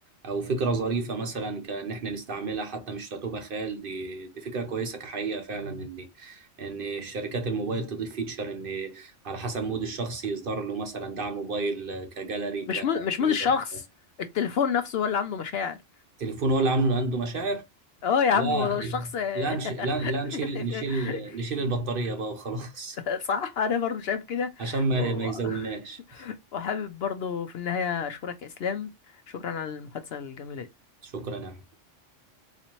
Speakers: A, on the right; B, on the left.
A: او فكرة ظريفة مثلا كان احنا نستعملها حتى مش هتبقى خيال دي دي فكرة كويسة كحقيقة فعلا ان ان شركات الموبايل تضيف فيتشر ان على حسب مود الشخص يصدر له مثلا دعم موبايل كجاليري كفيبر
B: مش مود مش مود الشخص التليفون نفسه هو اللي عنده مشاعر
A: التليفون هو اللي عامله عنده مشاعر
B: اه يا
A: لا
B: عم ولو الشخص
A: لا نش... لا لا
B: <laughs>
A: نشيل نشيل نشيل البطارية بقى وخلاص <laughs>
B: <laughs> صح انا برضو شايف كده
A: عشان ما
B: و... و-
A: ما يزولناش
B: <laughs> وحابب برضو في النهاية اشكرك يا اسلام شكرا على المحادثة الجميلة دي
A: شكرا يعني